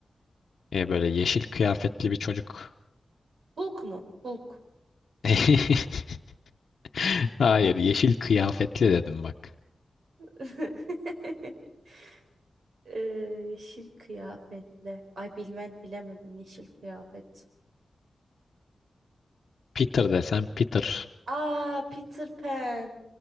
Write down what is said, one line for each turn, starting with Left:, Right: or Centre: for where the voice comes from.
Left: E, böyle yeşil kıyafetli bir çocuk.
Right: Hulk mu? Hulk.
Left: <laughs> Hayır, yeşil kıyafetli dedim bak.
Right: <laughs> Ee, yeşil kıyafetle. Ay bilmem bilemedim yeşil kıyafet.
Left: Peter desem Peter.
Right: Aa Peter Pan.